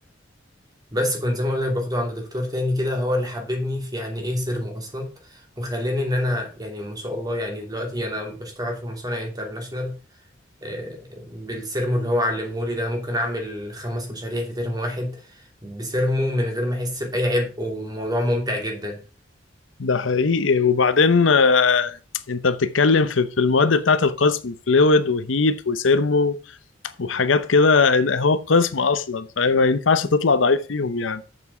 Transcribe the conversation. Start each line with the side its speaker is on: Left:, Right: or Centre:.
Right: بس كنت زي ما اقول لك باخده عند دكتور تاني كده هو اللي حببني في يعني ايه سيرمو اصلا وخلاني ان انا يعني ما شاء الله يعني دلوقتي انا بشتغل في مصانع انترناشنال آه، بالسيرمو اللي هو علمهولي ده ممكن اعمل خمس مشاريع في ترم واحد بسيرمو من غير ما احس باي عبء وموضوع ممتع جدا
Left: ده حقيقي وبعدين آه، انت بتتكلم في في المواد بتاعت القسم فلويد وهيت وسيرمو وحاجات كده هو القسم اصلا فاهم ما ينفعش تطلع ضعيف فيهم يعني